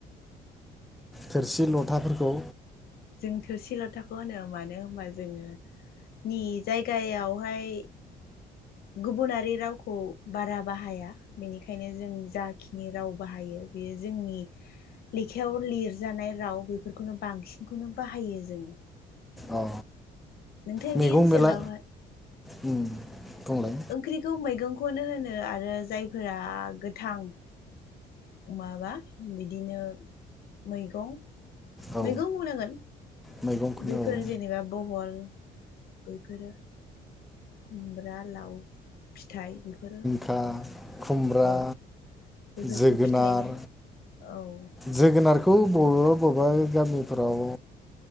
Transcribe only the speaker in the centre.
थोरसि लथाफोरखौ?
औ
मैगं
मेला उम बुंंलाय?
औ
मैगंखौनो
औ
खा खुमब्रा
जोगोनार।
जोगोनारखौ बबेबा बबेबा गामिफ्राव